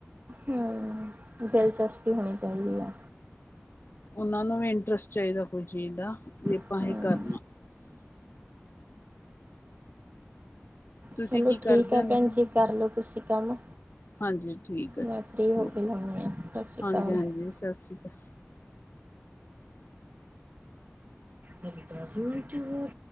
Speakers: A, on the right (about 40°); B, on the left (about 50°).
A: ਹੂੰ, ਦਿਲਚਸਪੀ ਹੋਣੀ ਚਾਈਦੀ ਐ।
B: ਓਨਾਂ ਨੂੰ ਵੀ ਇੰਟਰਸਟ ਚਾਈਦਾ ਕੋਈ ਚੀਜ਼ ਦਾ, ਵੀ ਆਪਾਂ
A: ਹੂੰ-ਹੂੰ-ਹੂੰ,
B: ਏਹ ਕਰਨਾ। ਤੁਸੀਂ
A: ਚਲੋ
B: ਕੀ ਕਰਦੇ
A: ਠੀਕ ਐ
B: ਹੋ
A: ਭੈਨ ਜੀ, ਕਰਲੋ ਤੁਸੀਂ ਕੰਮ।
B: ਹਾਂਜੀ, ਠੀਕ ਆ
A: ਮੈਂ
B: ਜੀ
A: ਫ੍ਰੀ ਹੋ
B: ਓ।
A: ਕੇ ਲਾਉਣੀ ਆ, ਸਤਿ ਸ਼੍ਰੀ ਅਕਾਲ।
B: ਹਾਂਜੀ- ਹਾਂਜੀ
A: ਹਜੇ
B: ਸਸ਼੍ਰੀ ਕਾਲ।
A: ਹਲੇ ਦਸ ਮਿੰਟ ਈ ਹੋਏ ਆ।